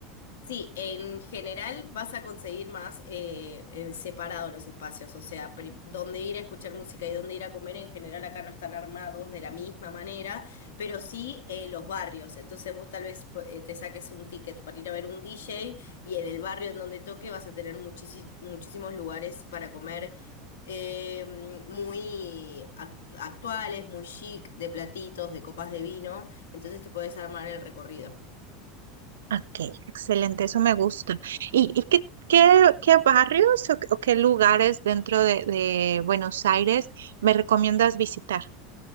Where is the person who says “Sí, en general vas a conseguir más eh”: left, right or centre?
Left